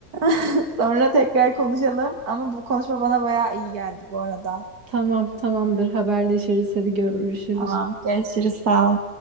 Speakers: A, on the right (about 70°); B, on the right (about 85°).
A: <laughs> Sonra tekrar konuşalım. Ama bu konuşma bana bayağı iyi geldi bu arada.
B: Tamam, tamamdır haberleşiriz hadi görüşürüz.
A: Tamam, görüşürüz. Sağ ol.